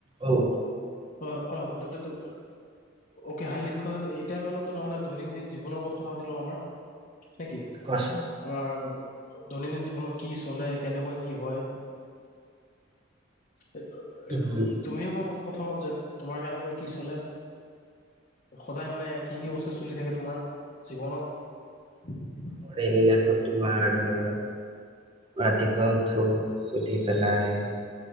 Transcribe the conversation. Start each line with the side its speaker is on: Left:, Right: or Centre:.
Right: অহ।
Left: অ অ তে অকে হাই ল্য এতিয়ামি অলপ তেনেহ'লে দৈনন্দিন জীৱনৰ ওপৰত কথা পাতিোও আমাৰ নেকি
Right: কোৱাচোন
Left: আমাৰ দৈনন্দিন জীৱনত কি চলে কেনেকৈ কি হয়। এ
Right: উম,
Left: ও তুমি কোৱা প্ৰথমত যে তোমাৰ কেনেকুৱা কি চলে সদায় মানে কি কি বস্তু চলি থাকে তোমাৰ জীৱনত। <inaudible>
Right: মোৰ এইবিলাকত তোমাৰ ধৰ ৰাতিপুৱা উঠো উঠি পেলাই